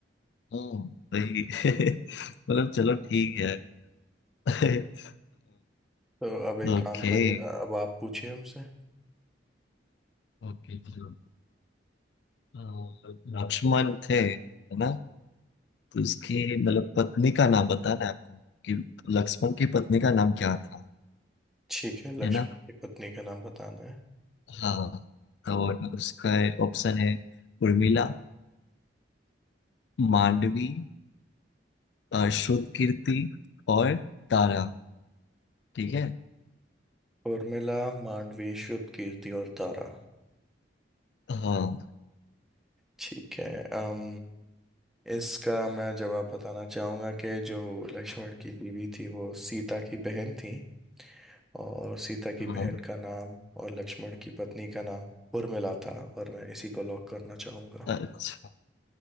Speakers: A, on the left (about 70°); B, in the centre.
A: हम्म सही <laughs> मतलब चलो ठीक है <laughs>
B: तो अब एक
A: ओके
B: काम करिए अब आप पूछिए हमसे
A: ओके चलो अ, लक्ष्मण थे है ना तो उसकी मतलब पत्नी का नाम बताना है आपको कि लक्ष्मण की पत्नी का नाम क्या था
B: ठीक है लक्ष्मण
A: है ना
B: की पत्नी का नाम बताना है
A: हाँ तो उसका ऑप्शन है उर्मिला मांडवी अ, श्रुत कीर्ति और तारा ठीक है
B: उर्मिला मांडवी शुद्ध कीर्ति और तारा
A: हाँ
B: ठीक है अम इसका मैं जवाब बताना चाहूँगा कि जो लक्ष्मण की बीवी थी वो सीता की बहन थी और सीता की
A: हाँ
B: बहन का नाम और लक्ष्मण की पत्नी का नाम उर्मिला था और मैं इसी को लॉक करना चाहूँगा
A: अच्छा